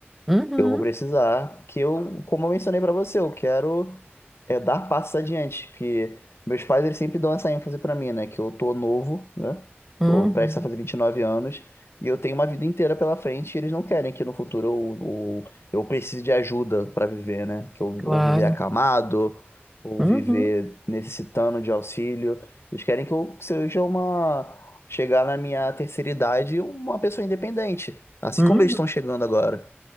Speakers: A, in the centre; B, on the left.
A: Uhum,
B: Eu vou precisar, que eu, como eu mencionei pra você, eu quero é, dar passos adiante, que meus pais eles sempre dão essa ênfase pra mim, né? Que eu tô novo, né?
A: uhum,
B: Tô prestes a fazer 29 anos e eu tenho uma vida inteira pela frente e eles não querem que no futuro eu, eu, eu precise de ajuda pra viver, né? Que eu,
A: claro.
B: ou viver acamado, ou
A: Uhum,
B: viver necessitando de auxílio. Eles querem que eu seja uma... chegar na minha terceira idade uma pessoa independente, assim
A: uhum.
B: como eles estão chegando agora.